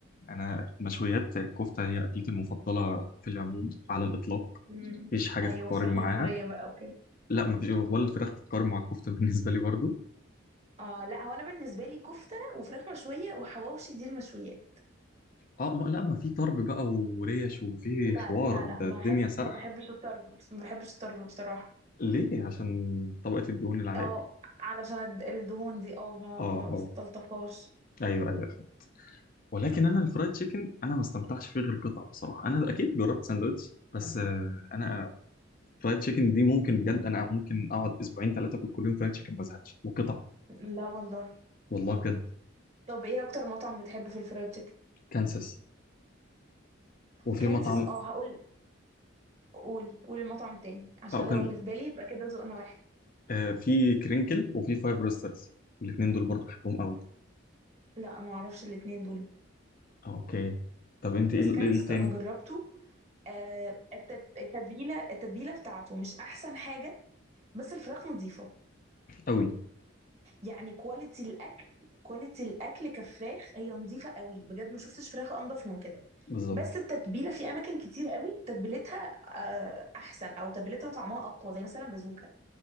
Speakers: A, on the left (about 45°); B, on the right (about 35°).
A: انا مشويات الكفته هي اكلتي المفضله في العموم على الاطلاق
B: امم
A: مفيش حاجه
B: ايوه
A: تتقارن
B: فراخ
A: معاها
B: مشوية بقى وكده
A: لا مفيش ولا الفراخ تتقارن مع الكفته <laughs> بالنسبه لي برضو
B: اه لا هو انا بالنسبة لي كفتة وفراخ مشوية وحواوشي دي المشويات
A: اه ما لا ما في طرب بقى وريش وفي
B: لا
A: حوار
B: لا
A: ده
B: لا ما
A: الدنيا
B: احب
A: سرحه
B: ما بحبش الطرب ما بحبش الطرب بصراحة
A: ليه عشان طبقه الدهون اللي عليها
B: اه
A: كده
B: علشان الد- الدهون دي اه ما
A: اه
B: ما بستلطفهاش
A: اه ايوه ايوه فاهم. ولكن انا الفرايد تشيكن انا ما استمتعش فيه غير قطعه بصراحه انا اكيد جربت ساندوتش بس آه، انا فرايد تشيكن دي ممكن بجد انا ممكن اقعد اسبوعين ثلاثه اكل كل يوم فرايد تشيكن ما ازهقش وقطع
B: لا والله
A: والله بجد
B: طب ايه اكتر مطعم بتحبه في الفرايد تشيكن
A: كانساس وفي
B: كانسس
A: مطعم
B: اه هقول قول قول المطعم التاني عشان
A: او كان
B: لو اللي في بالي يبقى كده ذوقنا واحد
A: آه في كرينكل وفي فايف روسترز الاثنين دول برضو بحبهم قوي
B: لا ما اعرفش الاتنين دول
A: آه، اوكي طب انت
B: بس
A: ايه ال-
B: كانسس
A: إيه التاني
B: انا جربته آه التت- التتبيله التتبيله بتاعته مش احسن حاجه بس الفراخ نظيفه
A: قوي
B: يعني كواليتي الاكل كواليتي الاكل كفراخ هي نظيفه قوي بجد ما شفتش فراخ انضف من كده
A: بالظبط
B: بس التتبيله في اماكن كتير قوي تتبيلتها آه احسن او تتبيلتها طعمها اقوى زي مثلا بازوكا